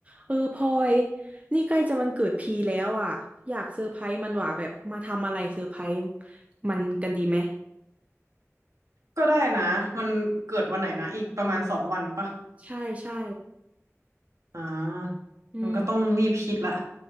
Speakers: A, on the right; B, on the right.
A: เออพลอยนี่ใกล้จะวันเกิดพีแล้วอ่ะอยากเซอร์ไพรส์มันหว่าแบบมาทำอะไรเซอร์ไพรส์มันกันดีไหม
B: ก็ได้นะมันเกิดวันไหนนะอีกประมาณสองวันปะ
A: ใช่ใช่
B: อ่ามันก็ต้องรีบคิดละ
A: อืม